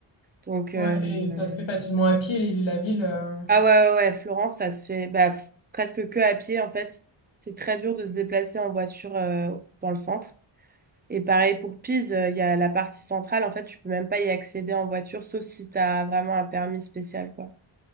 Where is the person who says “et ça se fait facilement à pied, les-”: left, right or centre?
Left